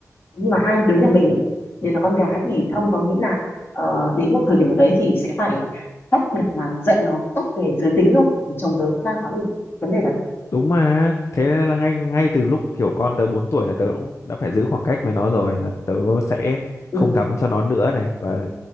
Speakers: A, on the left; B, on the left.
A: nhưng mà hai đứa nhà mình ấy, đều là con gái thì Thông có nghĩ là ờ, đến một thời điểm nào đấy thì sẽ phải tách biệt là dạy nó cách về giới tính không Bởi vì chồng tớ cũng đang nói đến vấn đề đấy
B: Đúng mà. Thế nên là ngay ngay từ lúc kiểu con tớ bốn tuổi là tớ cũng đã phải giữ khoảng cách với nó rồi là tớ sẽ
A: ừ
B: không tắm cho nó nữa này và